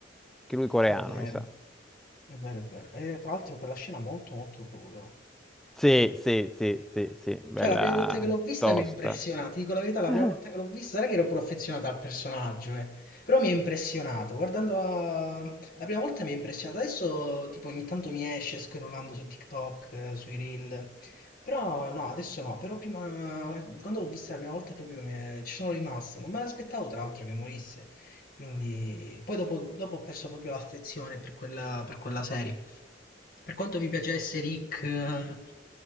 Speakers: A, in the centre; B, on the left (about 50°).
A: Che lui coreano,
B: è vero,
A: mi sa.
B: è vero, è vero. E tra l'altro quella scena molto, molto cruda.
A: Sì, sì, sì, sì, sì, bella
B: Cioè, la prima volta che l'ho vista
A: tosta.
B: mi ha impressionato, ti dico la verità, la
A: <laughs>
B: prima volta che l'ho vista, non è che ero pure affezionato al personaggio, eh. Però mi ha impressionato, guardando la... la prima volta mi ha impressionato, adesso tipo ogni tanto mi esce scrollando su TikTok, eh, sui Reel, però no, adesso no, però prima, quando l'ho vista la prima volta proprio mi è- ci sono rimasto, non me l'aspettavo tra l'altro che morisse, quindi poi dopo, dopo ho perso proprio l'affezione per quella per quella serie. Per quanto mi piacesse Rick, eh,